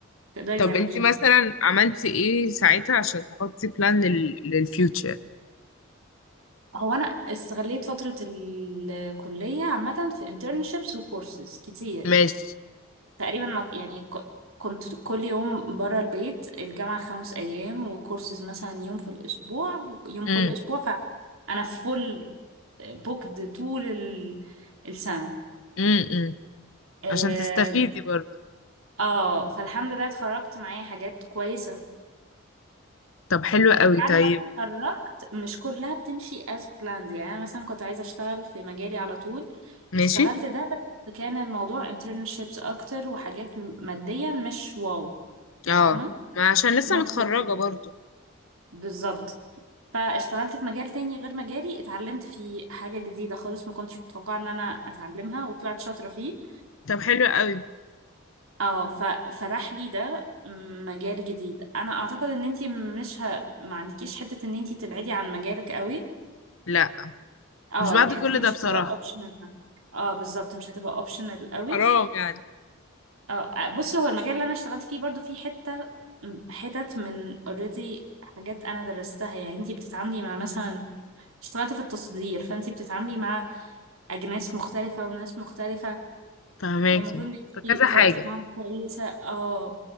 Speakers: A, on the right; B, on the left.
A: تقدري
B: طب
A: تعمليها
B: انت مثلا عملتي ايه ساعتها عشان تحطي بلان لل... للفيوتشر
A: هو انا استغليت فترة الكلية عامة في internships وكورسز كتير
B: ماشي
A: تقريبا ما- يعني ك- كنت كل يوم برا البيت الجامعة خمس ايام وكورسز مثلا يوم في الاسبوع يوم
B: امم
A: كل اسبوع فانا فول بوكد طول ال- السنة
B: امم امم.
A: اه
B: عشان تستفيدي برضو
A: آه، فالحمد لله اتخرجت معايا حاجات كويسة
B: طب حلو قوي
A: بعد
B: طيب
A: ما اتخرجت مش كلها بتمشي as planned يعني انا مثلا كنت عايزه اشتغل في مجالي على طول
B: ماشي
A: اشتغلت ده بس كان الموضوع internships اكتر وحاجات م- ماديا مش واو
B: اه
A: فاهمه
B: ما عشان لسه
A: not
B: متخرجة
A: work
B: برضو
A: بالظبط فاشتغلت في مجال تاني غير مجالي اتعلمت فيه حاجه جديده خالص ما كنتش متوقعه ان انا اتعلمها وطلعت شاطره فيه
B: طب حلو قوي
A: اه ففتح لي ده مجال جديد انا اعتقد ان انتي مش ه... ما عندكيش حته ان انتي تبعدي عن مجالك قوي
B: لا
A: اه
B: مش بعد
A: الحتة
B: كل
A: دي مش
B: ده بصراحة
A: هتبقى اوبشنال اه بالظبط مش هتبقى اوبشنال قوي
B: حرام يعني
A: اه بصي هو المجال اللي انا اشتغلت فيه برضو فيه حتة حتت من اوريدي حاجات انا درستها يعني انتي بتتعاملي مع مثلا اشتغلت في التصدير فانتي بتتعاملي مع اجناس مختلفة وناس مختلفة
B: فهماكي
A: والمفروض ان انتي
B: فكذا
A: طريقتك
B: حاجة
A: معاهم كويسة اه